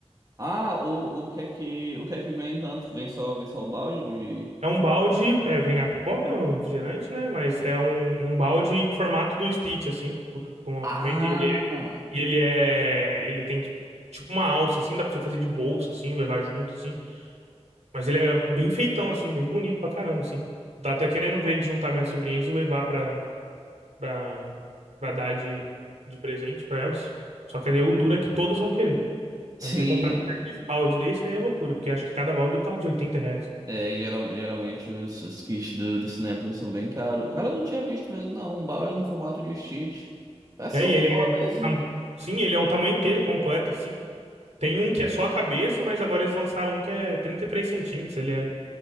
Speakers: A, on the right; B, on the right.
A: Ah, o, o que é que o que é que vem tanto? Vem só vem só o balde de
B: É um balde, é, vem a pipoca, né? O refrigerante, né? Mas é um, um balde em formato do Stitch, assim, com, com
A: Ah,
B: a pimenta. E ele é. Ele tem tipo uma alça, assim, dá pra você fazer de bolsa, assim, levar junto, assim. Mas ele é bem feitão, assim, bem bonito pra caramba, assim. Tá até querendo ver de juntar minhas sobrinhas e levar pra, pra, pra dar de, de presente pra elas. Só que aí o duro é que todas vão querer.
A: sim.
B: Aí eu vou ter que comprar três balde desse, aí é loucura, porque acho que cada balde deve estar uns 80 reais.
A: É, geral- geralmente os, os kits do, do Cinépolis são bem caros. Cara, eu não tinha visto mesmo, não. Um balde no formato de cheat. Vai ser
B: E aí
A: uma
B: ele
A: boa
B: é.
A: mesmo.
B: tam- Sim, ele é um tamanho inteiro completo, assim. Tem um que é só a cabeça, mas agora eles lançaram um que é 33 centímetros. Ele é